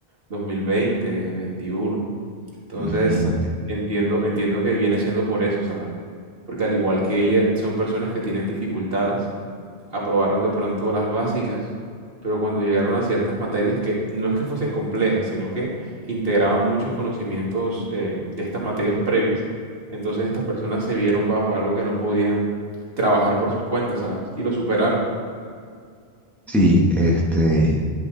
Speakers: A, on the right; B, in the centre.
A: 2020, 21. Entonces,
B: Imagínate.
A: entiendo, entiendo que viene siendo por eso, ¿sabes? Porque al igual que ella, son personas que tienen dificultades aprobaron de pronto las básicas, pero cuando llegaron a ciertas materias que no es que fuesen complejas, sino que integraban muchos conocimientos eh, de estas materias previas, entonces estas personas se vieron bajo algo que no podían trabajar por sus cuentas, ¿sabes? Y lo superaron.
B: Sí, este,